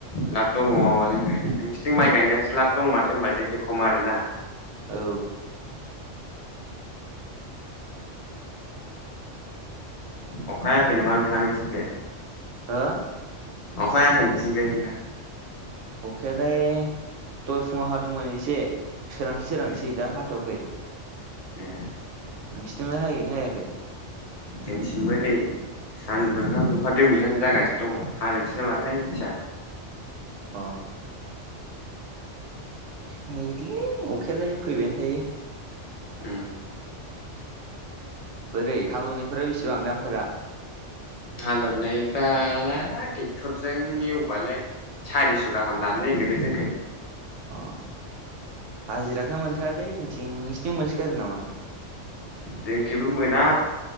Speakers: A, on the left; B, on the right.
A: लाब दङ जोंखाय नोंसथिं माइ गायनायसो लाब दं माथो होनबा जोंथिं खम आरोना।
B: औ।
A: अखाहायाखै नामा आोंथां नोंसिनिखै?
B: हा
A: अखायाखै नोंसिनिखोय नोंथां?
B: अखेलाय दय फुङाव हादोंमोन एसे सोरांसि सोरांसि
A: ए
B: दा हाथ'वाखै।
A: ए
B: नोंसिनिथिलाय हायोना हायाखै?
A: जोंसिमबो नै सानदुंहां अखा दोमैहां जागासिनो दङ हागोनसो नामाथाय मिथिया।
B: अ बिदिलै अखायालाय फैबायानो थायो।
A: उम।
B: बोरै हालेवनायफोरा बेसेबां दामफोरा?
A: हालेवनायफ्रालाय ट्रेक्टरजों एवबालाय सारिस' गाहाम लानो नायगिरो जोंखै।
B: अ हाजिराखोनो मोनथारालै जोंथिं नोंसिनिथिं मोनसोगारो नामा?
A: जोंखेबो मोना